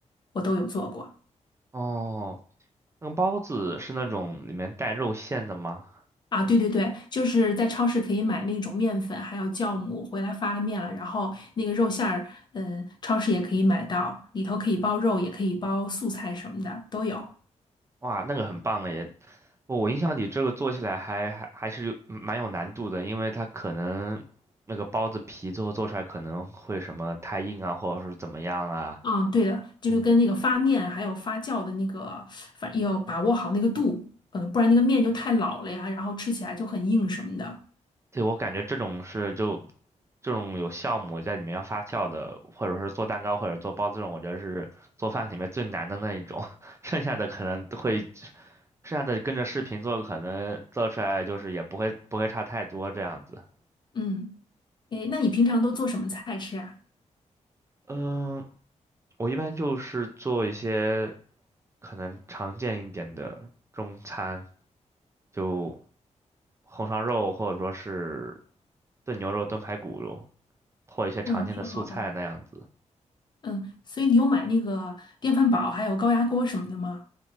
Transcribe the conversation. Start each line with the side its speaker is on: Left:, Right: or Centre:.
Left: 我都有做过。
Right: 哦，那个包子是那种里面带肉馅的吗？
Left: 啊，对对对，就是在超市可以买那种面粉，还有酵母，回来发了面了，然后那个肉馅儿，嗯，超市也可以买到，里头可以包肉，也可以包素菜什么的都有。
Right: 哇，那个很棒诶！我我印象里这个做起来还还还是有嗯蛮有难度的，因为它可能那个包子皮最后做出来可能会什么太硬啊，或者是怎么样啊。
Left: 嗯，对的，这就跟那个发面还有发酵的那个，
Right: 哎
Left: 反正要把握好那个度，嗯，不然那个面就太老了呀，然后吃起来就很硬什么的。
Right: 对，我感觉这种是就这种有酵母在里面要发酵的，或者是做蛋糕或者做包子这种，我觉得是做饭里面最难的那一种。<laughs> 剩下的可能都会，剩下的跟着视频做，可能做出来就是也不会不会差太多这样子。
Left: 嗯，诶，那你平常都做什么菜吃啊？
Right: 嗯，我一般就是做一些可能常见一点的中餐，就红烧肉或者说是炖牛肉、炖排骨肉，或一些常见的素菜那样子。
Left: 嗯，挺好的。嗯，所以你有买那个电饭煲还有高压锅什么的吗？